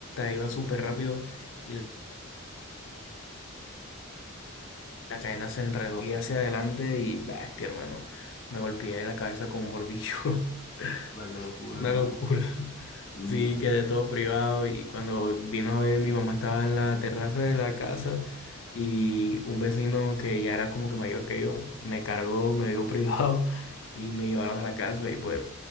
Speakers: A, on the left; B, on the left.
A: iba súper rápido y la la cadena se enredó y hacia adelante y bestia, hermano, me golpeé la cabeza con un bordillo. <laughs>
B: la que locura,
A: <laughs> Una
B: hermano.
A: locura.
B: Y
A: Sí,
B: qué pena,
A: quedé todo privado y cuando vino a ver, mi mamá estaba en la terraza de la casa y un vecino que ya era como que mayor que yo me cargó, me dio <laughs> privado y me llevaron a la casa y pues